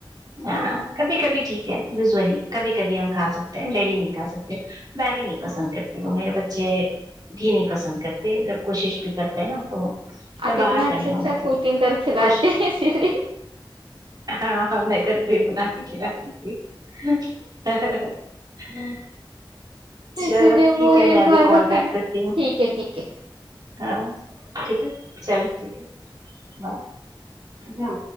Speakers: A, on the right; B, on the right.
A: ہاں کبھی کبھی ٹھیک ہے یوزولی کبھی کبھی ہم کھا سکتے ہیں ڈیلی نہیں کھا سکتے میں بھی نہیں پسند
B: ہاں
A: کرتی میرے بچے بھی نہیں پسند کرتے اگر کوشش بھی کرتے ہیں نا تو میں
B: آپ
A: باہر
B: اتنا
A: کا
B: اچھا
A: نہیں
B: اچھا
A: منگاتی
B: کوکنگ کر کھلاتے
A: کچھ
B: ہیں اسی لیے
A: ہاں ہم میں گھر پہ ہی بنا کے کھلا تھی ہوں چلو
B: اسی لیے وہ
A: ٹھیک ہے
B: یہ
A: میں ابھی
B: باہر
A: کال
B: کا کھانا
A: بیک کرتی ہوں
B: ٹھیک ہے ٹھیک ہے
A: ہاں ٹھیک ہے چلو ٹھیک ہے ہاں